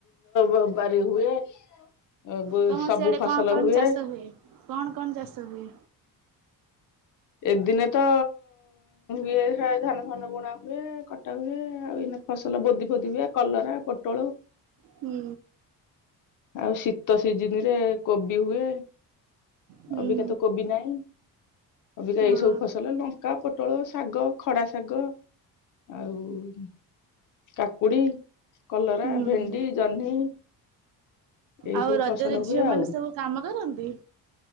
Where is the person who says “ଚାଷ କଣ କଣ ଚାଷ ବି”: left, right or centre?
Right